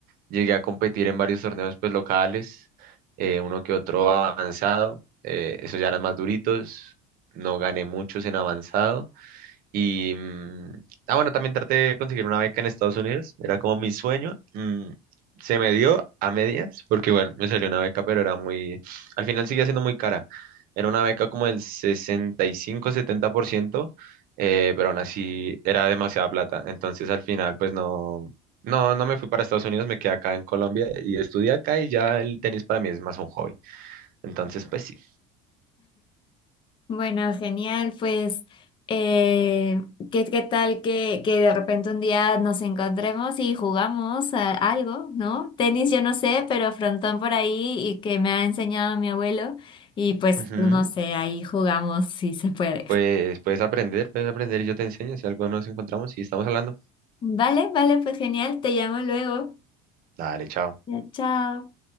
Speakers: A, on the right; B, on the left.
A: llegué a competir en varios torneos pues, locales, eh, uno que otro avanzado. eh, esos ya eran más duritos. No gané muchos en avanzado. Y, mm, ah, bueno, también traté de conseguir una beca en Estados Unidos, era como mi sueño. mm, se me dio a medias, porque igual me salió una beca, pero era muy, al final seguía siendo muy cara. Era una beca como del 65-70%, eh, pero aún así era demasiada plata. Entonces al final, pues no, no, no me fui para Estados Unidos, me quedé acá en Colombia y estudié acá y ya el tenis para mí es más un hobby. Entonces, pues sí.
B: Bueno, genial, pues eh, ¿qué, qué tal que, que de repente un día nos encontremos y jugamos a algo, ¿no? Tenis yo no sé, pero frontón por ahí y que me ha enseñado mi abuelo y pues
A: Ujú.
B: no sé, ahí jugamos si se puede.
A: Pues puedes aprender, puedes aprender y yo te enseño si algo nos encontramos y estamos hablando.
B: Vale, vale, pues genial, te llamo luego.
A: Dale, chao.
B: Ya, chao.